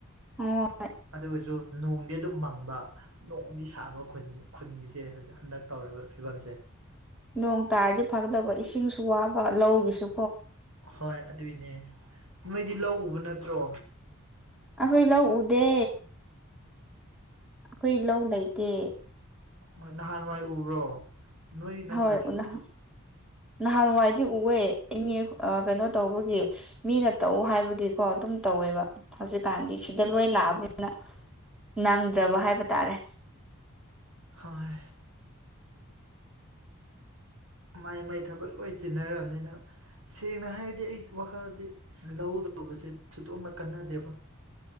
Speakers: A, in the centre; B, on the right.
A: ꯑꯣ
B: ꯑꯗꯨ ꯑꯣꯏꯔꯁꯨ ꯅꯣꯡ ꯗꯤ ꯑꯗꯨꯝ ꯃꯪꯕ ꯅꯣꯡꯗꯤ ꯁꯥꯕ ꯈꯨꯟꯒꯤꯁꯦ ꯍꯧꯖꯤꯛ ꯍꯟꯗꯛ ꯇꯧꯔꯤꯕ ꯐꯤꯕꯝꯁꯦ
A: ꯅꯣꯡ ꯇꯥꯔꯗꯤ ꯐꯒꯗꯕ ꯏꯁꯤꯡꯁꯨ ꯋꯥꯕ ꯂꯧꯒꯤꯁꯨ
B: ꯍꯣꯏ ꯑꯗꯨꯏꯅꯦ ꯅꯣꯏꯗꯤ ꯂꯧ ꯎꯕ ꯅꯠꯇ꯭ꯔꯣ
A: ꯑꯈꯣꯏ ꯂꯧ ꯎꯗꯦ ꯑꯩꯈꯣꯏ ꯂꯧ ꯂꯩꯇꯦ
B: ꯍꯣꯏ ꯅꯍꯥꯟꯋꯥꯏ ꯎꯕ꯭ꯔꯣ ꯅꯣꯏꯒꯤ ꯅꯠꯇ꯭ꯔꯁꯨ
A: ꯍꯣꯏ ꯎꯅ
B: ꯑꯗꯨ
A: ꯅꯍꯥꯟꯋꯥꯏꯗꯤ ꯎꯋꯦ ꯀꯩꯅꯣ ꯇꯧꯕꯒꯤ ꯃꯤꯅ ꯇꯧ ꯍꯥꯏꯕꯒꯤ ꯀꯣ ꯑꯗꯨꯝ ꯇꯧꯋꯦꯕ ꯍꯧꯖꯤꯛꯀꯥꯟꯗꯤ ꯁꯤꯗ ꯂꯣꯏ ꯂꯥꯛꯑꯕꯅꯤꯅ ꯅꯪꯗ꯭ꯔꯕ ꯍꯥꯏꯕ ꯇꯥꯔꯦ
B: ꯍꯣꯏ ꯃꯥꯏ ꯃꯥꯏ ꯊꯕꯛ ꯂꯣꯏ ꯆꯤꯟꯅꯔꯕꯅꯤꯅ ꯁꯦꯡꯅ ꯍꯥꯏꯔꯗꯤ ꯑꯩ ꯋꯥꯈꯜꯗꯤ ꯂꯧꯗꯧꯕꯁꯦ ꯊꯨꯗꯣꯛꯅ ꯀꯟꯅꯗꯦꯕ